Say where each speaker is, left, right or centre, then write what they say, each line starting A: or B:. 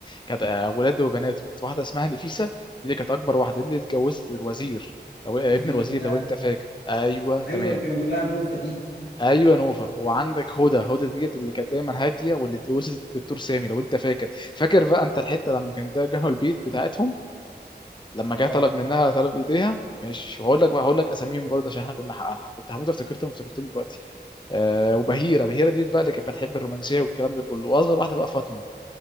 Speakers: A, on the left (about 25°); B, on the left (about 80°).
A: كانت آه، ولاده وبناته كانت واحده اسمها نفيسه دي اللي كانت اكبر واحده دي اللي اتجوزت الوزير لو آه،
B: اللي
A: ابن
B: فيه
A: الوزير
B: ده
A: لو انت فاكر ايوه تمام
B: ايوه اللي كانوا بيقول لها نوفه دي
A: ايوه نوفا وعندك هدى هدى ديت اللي كانت دايما هاديه واللي اتجوزت الدكتور سامي لو انت فاكر فاكر بقى انت الحته لما كان ده جه البيت بتاعتهم لما
B: اه
A: جه طلب منها طلب ايديها مش هقول لك بقى هقول لك اساميهم برضه عشان احنا كنا أنا كنت هموت افتكرتهم افتكرتهم دلوقتي آه وبهيره بهيره ديت بقى اللي كانت بتحب الرومانسيه والكلام ده كله واصغر واحده بقى فاطمه